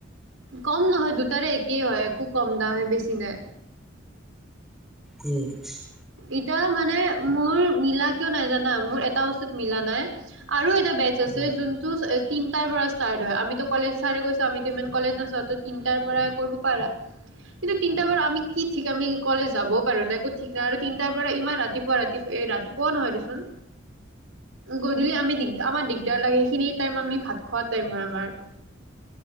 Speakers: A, on the right (about 90°); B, in the centre.
A: কম নহয় দুটাৰে একেই হয়, একো কম দামে বেছি নাই।
B: উম <inaudible>
A: ইতিয়া মানে মোৰ মিলা কিয় নাই জানা মোৰ এটা বস্তুত মিলা নাই আৰু বেচ আছে
B: উম
A: যোনটো তিনটাৰ পৰা ষ্টাৰ্ট হয়, আমিতো কলেজ ছাৰে কৈছো আমিতো ইমান কলেজ নাজাওঁ, ত তিনটাৰ পৰাই কৰিব পাৰা কিন্তু তিনিটাৰ পৰা আমি কি ঠিক আমি কলেজ যাবও পাৰো ন একো ঠিক আৰু তিনটাৰ পৰা ইমান ৰাতিপুৱা ৰাতিপুৱা, ৰাতিপুৱা নহয় দেচোন, গধূলি আমি দিগ আমাৰ দিগদাৰ লাগে সেইখিনি টাইম আমি ভাত খোৱা টাইম হয় আমাৰ।